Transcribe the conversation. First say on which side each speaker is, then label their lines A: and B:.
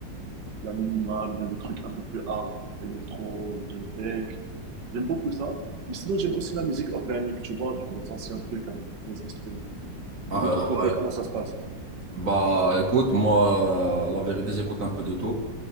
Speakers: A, on the right; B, on the right.
A: la minimale, ou bien des trucs un peu plus hard, électro, ou bien tech. J'aime beaucoup ça. Mais sinon, j'aime aussi la musique organique, tu vois, genre les anciens trucs avec des instruments.
B: Ah,
A: Et de
B: euh,
A: ton côté,
B: ouais.
A: comment ça se passe?
B: Bah écoute, moi, la vérité, j'écoute un peu de tout.